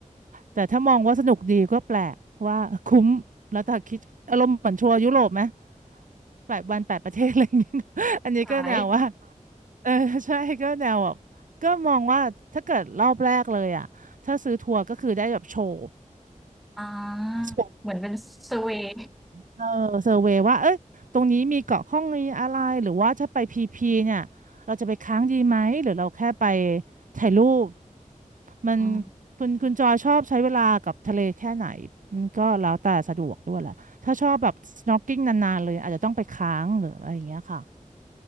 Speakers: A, on the right; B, in the centre.
A: แต่ถ้ามองว่าสนุกดีก็แปลกว่าคุ้มแล้วถ้าคิดอารมณ์เหมือนทัวร์ยุโรปไหมแปดวันแปดประเทศอะไรอย่างเงี้ย <laughs> อันนี้ก็แนวว่า
B: สาย
A: เออใช่ก็แนวแบบก็มองว่าถ้าเกิดรอบแรกเลยอ่ะถ้าซื้อทัวร์ก็คือได้แบบโชว์
B: อา
A: โชว์
B: เหมือนเป็น sway อร์เวย์
A: เออเซอร์เวย์ว่าเอ้ยตรงนี้มีเกาะข้องมีอะไร หรือว่าถ้าไปพีพีเนี่ย เราจะไปค้างดีไหม หรือเราแค่ไปถ่ายรูป มัน
B: อืม
A: คุณคุณจอยชอบใช้เวลากับทะเลแค่ไหน มันก็แล้วแต่สะดวกด้วยแหละถ้าชอบแบบ snorkeling นานๆเลยอาจจะต้องไปค้างหรืออะไรอย่างเงี้ยค่ะ